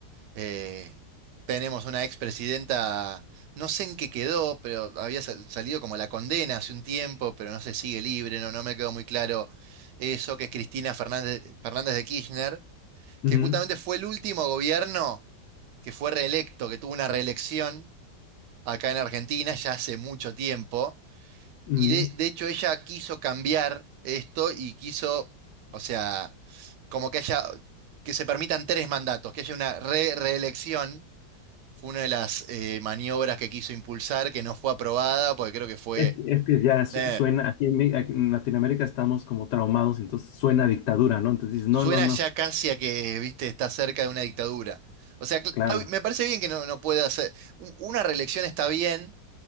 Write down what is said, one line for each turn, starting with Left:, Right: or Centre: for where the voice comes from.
Right: eh, tenemos una expresidenta, no sé en qué quedó, pero había sal- salido como la condena hace un tiempo, pero no se sigue libre, no, no me quedó muy claro eso, que es Cristina Fernández, Fernández de Kirchner,
Left: Ujú,
Right: que justamente fue el último gobierno que fue reelecto, que tuvo una reelección acá en Argentina ya hace mucho tiempo.
Left: ujú.
Right: Y de, de hecho ella quiso cambiar esto y quiso, o sea, como que haya, que se permitan tres mandatos, que haya una re- reelección, fue una de las eh, maniobras que quiso impulsar, que no fue aprobada, porque creo que fue,
Left: Es, que es que ya su-
Right: eh,
Left: suena, aquí en, Mi- aquí en Latinoamérica estamos como traumados, entonces suena a dictadura, ¿no? Entonces dices, no,
Right: suena
Left: no, no,
Right: ya casi a que, viste, está cerca de una dictadura. O sea, cl- está
Left: claro,
Right: bi- me parece bien que no, no pueda hacer, u- una reelección está bien,